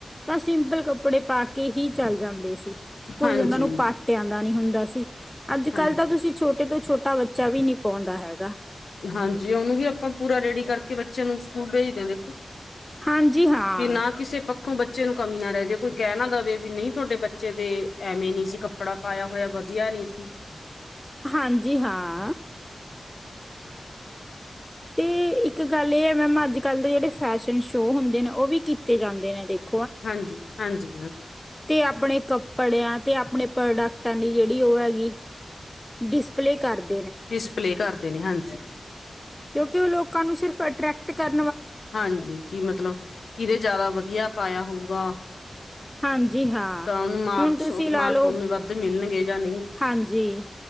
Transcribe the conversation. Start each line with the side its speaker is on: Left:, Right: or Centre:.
Centre: ਤਾਂ ਸਿੰਪਲ ਕੱਪੜੇ ਪਾ ਕੇ ਹੀ ਚੱਲ ਜਾਂਦੇ ਸੀ। ਕੋਈ
Left: ਹਾਂਜੀ
Centre: ਉਹਨਾ ਨੂੰ ਪਾਟਿਆਂ ਦਾ ਨੀ ਹੁੰਦਾ ਸੀ, ਅੱਜ-ਕੱਲ
Left: ਹਾਂਜੀ
Centre: ਤਾਂ ਤੁਸੀਂ ਛੋਟੇ ਤੋਂ ਛੋਟੇ ਟਾ ਬੱਚਾ ਵੀ ਨੀ ਪਾਉਂਦਾ ਹੈਗਾ।
Left: ਹਾਂਜੀ, ਉਹਨੂੰ ਵੀ ਆਪਾਂ ਪੂਰਾ ਰੇਡੀ ਕਰਕੇ ਬੱਚੇ ਨੂੰ ਸਕੂਲ ਭੇਜਦੇ ਦੇਖੋ।
Centre: ਹਾਂਜੀ ਹਾਂ।
Left: ਕਿ ਨਾ ਕਿਸੇ ਪੱਖੋਂ ਬੱਚੇ ਬੱਚੇ ਨੂੰ ਕਮੀ ਨਾ ਰਹਿ ਜਾ ਕੋਈ ਕਹਿ ਨਾ ਦੇਵੇ, ਵੀ ਨਹੀਂ ਤੁਹਾਡੇ ਬੱਚੇ ਦੇ ਐਵੇਂ ਨੀ ਸੀ ਕੱਪੜਾ ਪਾਇਆ ਹੋਇਆ ਵਧੀਆ। ਸੀ ।
Centre: ਹਾਂਜੀ ਹਾਂ। ਤੇ ਇੱਕ ਗੱਲ ਇਹ ਹੈ। ਮੈਮ ਅੱਜ ਕੱਲ ਦੇ ਜਿਹੜੇ ਫੈਸ਼ਨ ਸ਼ੋ ਹੁੰਦੇ ਨੇ ਉਹ ਵੀ ਕੀਤੇ ਜਾਂਦੇ ਨੇ ਇਦੇ ।
Left: ਹਾਂਜੀ-ਹਾਂਜੀ ਮੈ।
Centre: ਤੇ ਆਪਣੇ ਕੱਪੜਿਆਂ ਤੇ ਆਪਣੇ ਪ੍ਰੋਡਕਟਾਂ ਦੀ ਜਿਹੜੀ ਉਹ ਹੈਗੀ ਡਿਸਪਲੇ ਕਰਦਾ।
Left: ਡਿਸਪਲੇ ਕਰਦੇ ਨੇ ਹਾਂਜੀ।
Centre: ਕਿਉਂਕਿ ਉਹ ਲੋਕਾਂ ਨੂੰ ਸਿਰਫ ਅਟਰੈਕਟ ਕਰ
Left: ਹਾਂਜੀ ਕੀ ਮਤਲਬ ਕਿਦੇ ਜ਼ਿਆਦਾ ਵਧੀਆ ਪਾਇਆ ਹੋਊਗਾ।
Centre: ਹਾਂਜੀ ਹਾਂ
Left: ਤਾਂ ਓਹਨਾ ਮਾਰਕਸ
Centre: ਹੁਣ ਤੁਸੀਂ ਲਾ
Left: ਮਾਰਕ
Centre: ਲਓ
Left: ਵਧ ਮਿਲਣਗੇ। ਜਾਂ ਨਹੀਂ
Centre: ਹਾਂਜੀ